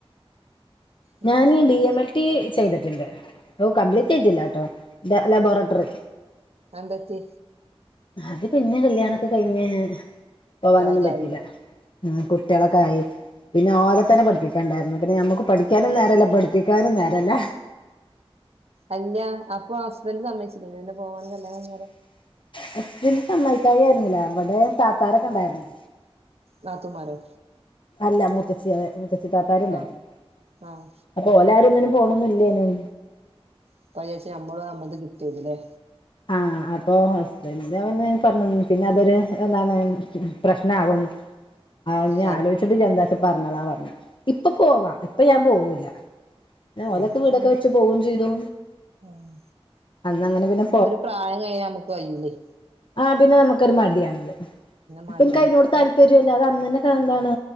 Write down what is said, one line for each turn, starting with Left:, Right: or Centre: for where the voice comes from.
Right: ഇത്
Left: ഞാന് ഡി എം എൽ ടി ചെയ്തിട്ട് ഡിണ്ട് ഓ കംപ്ലീറ്റ്
Right: ഉം
Left: ചെയതില്ലാട്ടോ ലബോറട്ടറി
Right: അതെന്തു പറ്റി
Left: അത് പിന്നെ കല്യാണക്കെ കഴിഞ്ഞ പോവാനൊന്നും
Right: കുട്ടികളൊക്കെ
Left: പറ്റിയില്ല
Right: ആയി
Left: കുട്ടിള്ഒക്കെയായി പിന്നെ ഓലെ തന്നെ പഠിപ്പ ണ്ടായിരുന്നു പിന്നെ നഞമ്മുക്ക് പഠിക്കാനും നേരല്ല പഠിപ്പിക്കാനും നേരല്ല
Right: അല്ല അപ്പൊ ഹസ്ബൻഡ് സമ്മയച്ചി പോവാൻ കല്യാണം കഴിഞ്ഞാരെ
Left: ഹസ്ബൻഡ് സമ്മായിക്കായി ആയിരുന്നില്ല ഇവിടെ താത്താരൊക്കെ ഉണ്ടായിരുന്ന
Right: നാത്തുംമാരോ
Left: അല്ല മൂത്തച്ചിയാള് ത്തച്ചിത്താത്താരുണ്ടായിരുന്നു
Right: ആഹ് ആഹ്
Left: അപ്പൊ ഓലാവരും ഒന്നിനും പോണന്നില്ലേനും
Right: അപ്പ ചേച്ചി നമ്മള് നമ്മത് കിട്ടുവേക്കും ലെ
Left: ആഹ് അത് അപ്പൊ ഹസ്ബൻന്റ് വന്ന് പറഞ്ഞ് പിന്നെ അതൊരു എന്താണ് പ്രശ്നാവും ആഹ് ഞ്ഞ്
Right: ഹേ
Left: ആലോചിച്ചിട്ട് ഇജ്ജ് എന്താ പറഞ്ഞളാ പറഞ്ഞു ഇപ്പൊ പോവാ ഇപ്പ ഞാൻ പോക ഇല്ല ഓലക്കെ
Right: ആഹ് അപ്പൊ
Left: വീടൊക്കെ വെച്ച് പോവും ചെയ്തു
Right: ആഹ്
Left: അന്നങ്ങനെ പിന്നെ
Right: ഒരു പ്രായം കഴിഞ്ഞാ നമുക്ക് കയ്യൂല്ലേയ്
Left: ആ പിന്നെ നമുക്ക് ഒരു മടിയാണ്
Right: മടിയാണ്
Left: പ്പിൻക്കയ്നോട് താല്പര്യുല്ല അത അന്നെന്നൊക്കെ എന്താണ്